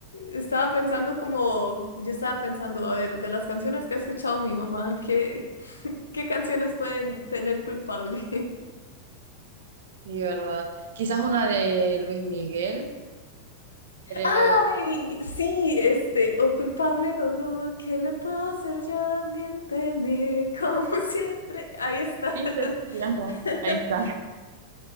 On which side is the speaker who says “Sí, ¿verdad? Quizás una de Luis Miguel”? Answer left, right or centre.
Right